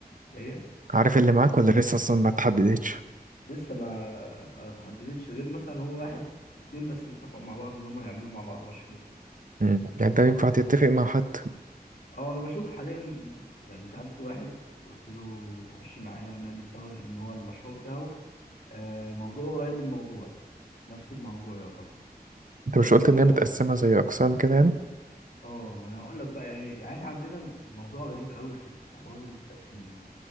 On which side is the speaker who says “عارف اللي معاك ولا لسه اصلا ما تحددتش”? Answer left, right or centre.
Right